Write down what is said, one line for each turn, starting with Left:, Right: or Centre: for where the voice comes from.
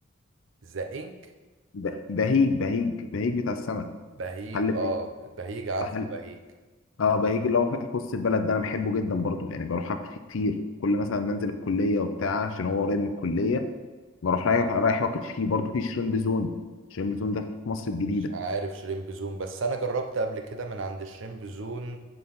Right: ذا إنك؟
Left: ب- بهيج بهيج بهيج بتاع السمك
Right: بهيج
Left: محل بهيج
Right: اه بهيج عارفه
Left: محل
Right: بهيج
Left: اه بهيج اللي هو فاتح في وسط البلد ده انا بحبه جدا برضه يعني بروح اكل فيه كتير كل مثلا منزل الكليه وبتاع عشان هو قريب من الكليه بروح رايح رايح واكل فيه برضه في شريمب زون شريمب زون ده في مصر الجديده
Right: مش عارف شريمب زون بس انا جربت قبل كده من عند شريمب زون